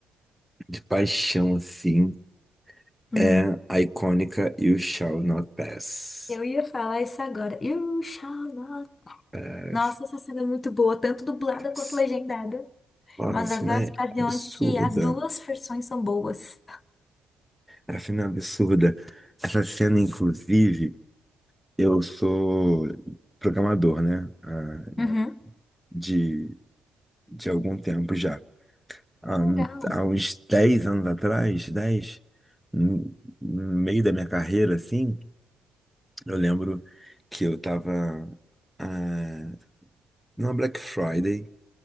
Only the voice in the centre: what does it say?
de paixão, assim.
é a icônica You Shall Not Pass.
Pass.
Pass.
Nossa,
a cena
é
absurda.
A cena é absurda. Essa cena, inclusive, eu sou programador, né? Ah,
de, de algum tempo já. Há,
um- há uns 10 anos atrás, 10 no no meio da minha carreira, assim, eu lembro que eu tava ah, numa Black Friday.